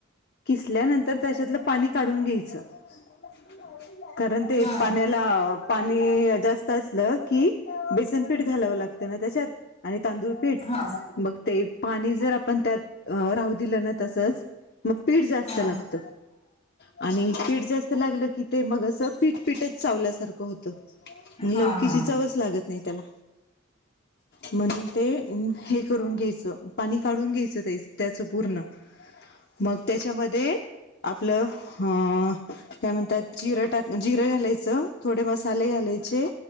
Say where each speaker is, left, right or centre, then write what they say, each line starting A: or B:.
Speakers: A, on the left; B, on the left.
A: किसल्यानंतर त्याच्यातलं पाणी काढून घ्यायचं. <inaudible> कारण ते
B: हा
A: पाण्याला पाणी जास्त असलं की बेसन पीठ घालावं लागतं. त्यानं त्याच्यात आणि तांदूळ पीठ
B: हा
A: मघ ते पाणी जर आपण त्यात राहू दिलं ना तसंच मग पीठ जास्त
B: हा
A: लागत. आणि पीठ जास्त लागलं की ते मग अस पीठपीठच चावल्यासारखं होत. लवकीची
B: हा हा हा
A: चवच लागत नाही त्याला. म्हणून ते हे करून घ्यायचं पाणी काढून घ्यायचं त्याचं पूर्ण. मग त्याच्यामध्ये आपलं ह काय म्हणतात जिरं टाक जिरं घालायचं थोडे मसाले घालायचे.